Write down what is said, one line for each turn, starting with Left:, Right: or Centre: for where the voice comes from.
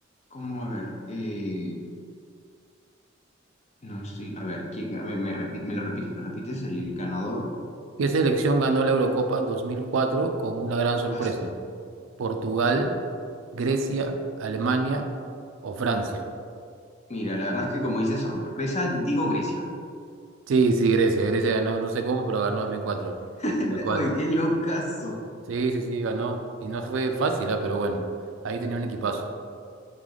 Left: ¿cómo? A ver, eh, no estoy. A ver, ¿quién? A ver, me, repi- me lo repites, me lo repites, el ganador.
Right: ¿Qué selección ganó la Eurocopa 2004 con una gran sorpresa?
Left: Paso.
Right: ¿Portugal, Grecia, Alemania o Francia?
Left: Mira, la verdad es que como dice sorpresa, digo Grecia.
Right: Sí, sí, Grecia. Grecia ganó, no sé cómo, pero ganó 2004.
Left: <laughs>
Right: Tal cual.
Left: Oye, qué locazo.
Right: Sí, sí, sí, ganó. Y no fue fácil, ah, Pero bueno, ahí tenía un equipazo.